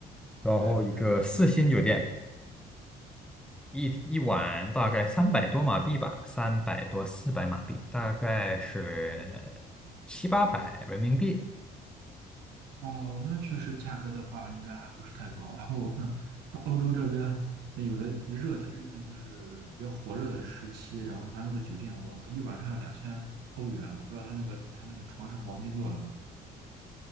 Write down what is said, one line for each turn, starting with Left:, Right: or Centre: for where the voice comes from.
Centre: 然后一个四星酒店。
Right: 对对的一线城市。
Centre: 一一晚大概三百多马币吧，三百多四百马币，大概是七八百人民币，
Right: 哦，那确实价格的话，应该还不是太高。然后我看它欧洲这边那有的热带，嗯就是比较火热的时期，然后它那个酒店，我靠，一晚上要两千欧元，我不知道它那个它那个床是黄金做的吗？